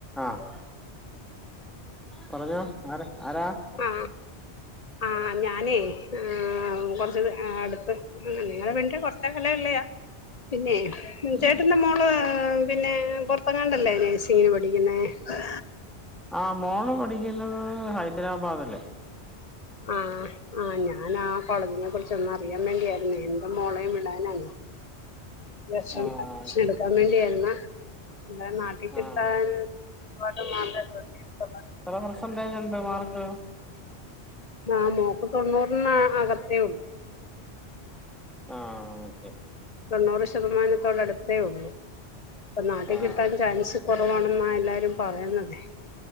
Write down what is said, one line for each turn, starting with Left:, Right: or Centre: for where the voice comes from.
Centre: ആഹ് പറഞ്ഞോ ആരാ ആരാ
Left: ആഹ് ആഹ് ഞാനേ ആ കൊറച്ചത് അടുത്ത് നിങ്ങളെ വീണ്ട കൊറച്ച കല ഇള്ളയാാ പിന്നെ
Centre: ഉം
Left: ചേട്ടന്റെ മോള് പിന്നെ പുൊറത്തെങ്ങാണ്ടല്ലേ നേേഴ്സിങ്ങിന് പഠിക്കുന്ന ആ
Centre: ആ മോള് പഠിക്കുന്നത് ഹൈദരാബാദ അല്ലേ
Left: ആ ഞാൻ ആ കോളേജിനെ കുറിച്ചൊന്നു അറിയാൻ വേണ്ടിയായിരുന്നേ എൻറെ മോളെയും വിടാനാണ് അത്യാശം
Centre: ആഹ്
Left: അഡ്മഷൻ എടുക്കാൻ വേണ്ടിയായിുന്ന എ നാട്ട കിട്ടാൻ
Centre: ആഹ്
Left: ഒരുപാട് മാത വത്തിത്ത
Centre: എത്ര പെർസെന്റേജ് ഉണ്ട് മാർക്ക്
Left: ആ മോക്ക് തൊണ്ണൂറിന് അകത്തേ ഉള്ളു
Centre: ആഹ ശരി
Left: തൊണ്ണൂറ് ശതമാനത്തോടടുത്തേ ഉള്ളൂ അപ്പൊ നാട്ടിൽ
Centre: ആഹ്
Left: കിട്ടാൻ ചാൻസ് കുറവാണെന്നല്ല എല്ലാരും പറയുന്നത്